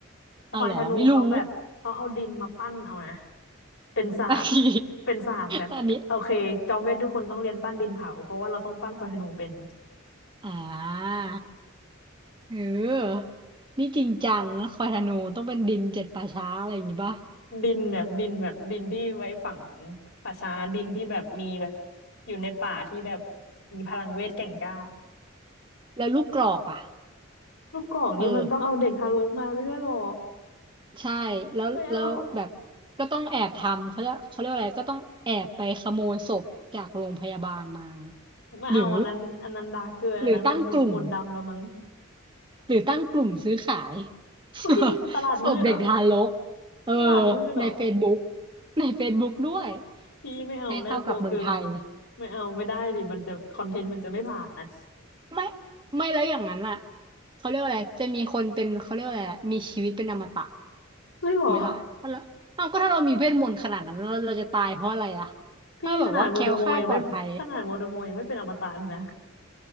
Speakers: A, on the left (about 70°); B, on the right (about 25°).
A: ควายธนูเขาแบบเขาเอาดินมาปั้นเอานะ
B: อ้าวเหรอไม่รู้
A: เป็นศาสตร์
B: <laughs> บางที
A: เป็นศาสตร์แบบโอเคจอมเวททุกคนต้องเรียนปั้นดินเผาเพราะว่าเราต้องปั้นควายธนูเป็น
B: อันนี้อ่าเออนี่จริงจังนะควายธนูต้องเป็นดินเจ็ดป่าช้าอะไรอย่างนี้ป่ะ
A: ดินแบบดินแบบดินที่ไว้ฝังป่าช้าดินที่แบบมีแบบอยู่ในป่าที่แบบมีพลังเวทแก่งกล้า
B: แล้วลูกกรอกอ่ะ
A: ลูกกอกนี่มันต้องเอาเด็กทารกมาไม่ใช่หรอ
B: เออใช่แล้วแล้วแบบ
A: ไม่เอา
B: ก็ต้องแอบทำเขาจะเขาเรียกว่าอะไรก็ต้องแอบไปขโมยศพจากโรงพยาบาลมา
A: ไม่เอาอันนั้นอันนั้นดาร์กเกินอันนั้นมันมนต์ดำแล้วมั้ง
B: หรือ หรือตั้งกลุ่ม หรือตั้งกลุ่มซื้อขาย
A: <laughs> อุ้ยตลาดมืดเหรอ
B: <laughs> ศพเด็กทารกเออ
A: ตลาดมืดเหรอ
B: ใน Facebook ใน Facebook ด้วย
A: พี่ไม่เอาน่ากลัวเกิน
B: ให้เท่ากับเมืองไทย
A: ไม่เอาไม่ได้ดิมันจะคอนเทนต์มันจะไม่ผ่านนะ
B: ไม่ไม่แล้วอย่างนั้นอ่ะเขาเรียกว่าอะไรจะมีคนเป็นเขาเรียกว่าอะไรอะมีชีวิตเป็นอมตะ
A: ไม่หรอ
B: ไหมล่ะถ้าเราเอาก็ถ้าเรามีเวทมนต์ขนาดนั้นเราเราจะตายเพราะอะไรอ่ะ
A: พี่ขนาดโวลเดอมอร์ยังไม่ขนาดโวลเดอมอร์ยังไม่เป็นอมตะเลยนะ
B: ถ้าแบบว่าแคล้วคลาดปลอดภัย